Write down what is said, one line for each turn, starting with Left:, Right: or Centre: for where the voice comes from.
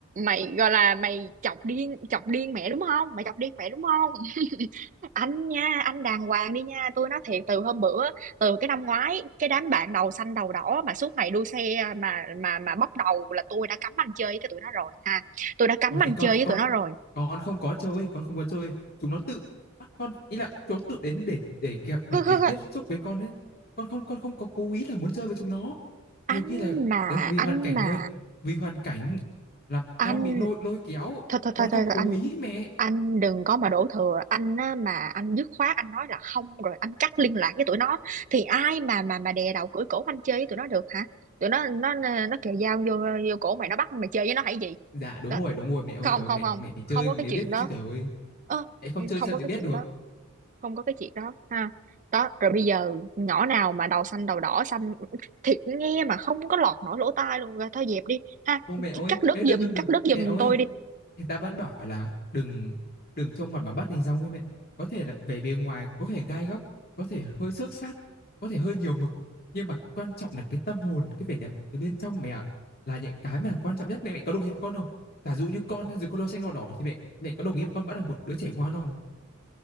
Right: mày gọi là mày chọc điên chọc điên mẹ đúng không mày chọc điên mẹ đúng không <laughs> anh nha anh đàng hoàng đi nha tôi nói thiệt từ hôm bữa từ cái năm ngoái cái đám bạn đầu xanh đầu đỏ mà suốt ngày đua xe mà mà mà bóc đầu là tôi đã cấm anh chơi với cái tụi nó rồi ha tôi đã cấm
Left: Còn thì
Right: anh
Left: con
Right: chơi với
Left: con
Right: tụi nó rồi
Left: con không có chơi, con không có chơi, chúng nó tự bắt con, ý là chúng nó tự đến để để kẹo để
Right: <laughs>
Left: để tiếp xúc với con ấy. Con không con không có cố ý là muốn chơi với chúng nó.
Right: anh
Left: Nhiều khi là
Right: mà
Left: đấy, vì hoàn
Right: anh
Left: cảnh
Right: mà
Left: mẹ ơi, vì hoàn cảnh là
Right: anh
Left: con bị lôi lôi kéo,
Right: thôi thôi thôi
Left: con không
Right: thôi thôi,
Left: cố
Right: anh
Left: ý mẹ.
Right: anh đừng có mà đổ thừa anh á, mà anh dứt khoát anh nói là không rồi anh cắt liên lạc với tụi nó thì ai mà mà mà đè đầu cưỡi cổ anh chơi với tụi nó được hả tụi nó nó nó kề dao vô vô cổ mày nó bắt mày chơi với nó hay gì
Left: Dạ đúng
Right: đó.
Left: rồi, đúng rồi mẹ ơi,
Right: không
Left: trời
Right: không
Left: mẹ
Right: không
Left: mẹ phải chơi
Right: không có
Left: mẹ
Right: cái chuyện
Left: biết
Right: đó
Left: chứ trời ơi.
Right: ơ
Left: mẹ không chơi
Right: không
Left: sao
Right: có
Left: mẹ
Right: cái
Left: biết
Right: chuyện
Left: được
Right: đó không có cái chuyện đó ha đó rồi bây giờ nhỏ nào mà đầu xanh đầu đỏ xanh thiệt nghe mà không có lọt nổi lỗ tai luôn rồi thôi dẹp đi ha
Left: không mẹ ơi
Right: cắt đứt
Left: mẹ
Right: giùm
Left: đừng đừng
Right: cắt đứt giùm
Left: mẹ ơi
Right: tôi đi
Left: người ta vẫn bảo là đừng đừng trông mặt mà bắt hình dong ấy mẹ có thể là vẻ bề ngoài có thể gai góc có thể hơi xước sát có thể hơi nhiều mực nhưng mà quan trọng là cái tâm hồn cái vẻ đẹp từ bên trong mẹ ạ là những cái mà là quan trọng nhất mẹ mẹ có đồng ý với con không giả dụ như con hay dù có đồ xanh đỏ đỏ thì mẹ mẹ có đồng ý với con vẫn là một đứa trẻ ngoan không